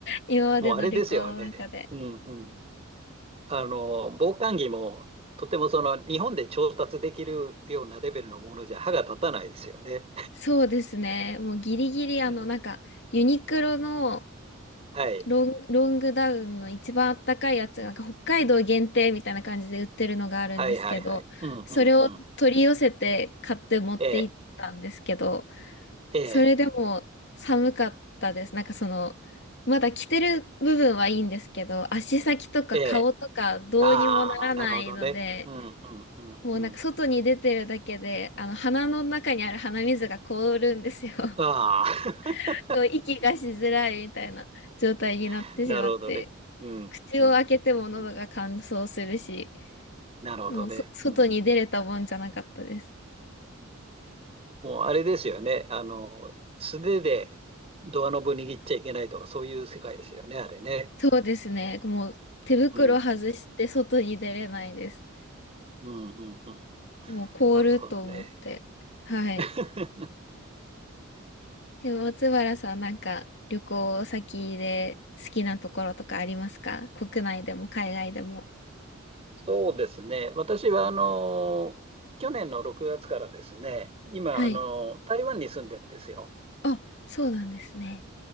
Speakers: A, on the left (about 55°); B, on the right (about 30°).
A: 今までの旅行の中で。
B: もうあれですよ、あれ。うんうん。あの、防寒着も、とてもその、日本で調達できるようなレベルのものじゃ歯が立たないですよね。
A: そうですね。もうギリギリあのなんかユニクロの
B: うん。はい。
A: ロン、ロングダウンの一番あったかいやつがなんか北海道限定みたいな感じで売ってるのがあるんですけど、
B: はいはいはい。うんうんうん。
A: それを取り寄せて買って持って行ったんですけど、
B: ええ、ええ、
A: それでも寒かったです。なんかその、まだ着てる部分はいいんですけど、足先とか顔とかどうにもならないので、
B: ええ。ああ、なるほどね。うんうんうんうん。
A: もうなんか外に出てるだけで、あの鼻の中にある鼻水が凍るんですよ。<laughs>
B: ああ、
A: そう息がしづらいみたいな状態になってしまって、
B: <laughs> なるほどね。うんうんうん。
A: 口を開けても喉が乾燥するし、
B: うんなるほどね。
A: もうそ外に出れたもんじゃなかったです。
B: うん。もうあれですよね。あの、素手でドアノブ握っちゃいけないとか、そういう世界ですよね、あれね。
A: そうですね。もう手袋外して外に出れないです。
B: うん。うん、うん、うん。
A: もう凍ると思って。
B: なるほどね。
A: はい。
B: <laughs>
A: でも松原さんなんか旅行先で好きなところとかありますか国内でも海外でも。
B: そうですね。私は、あの、去年の6月からですね、今、
A: はい。
B: あの、台湾に住んでるんですよ。
A: あ、そうなんですね。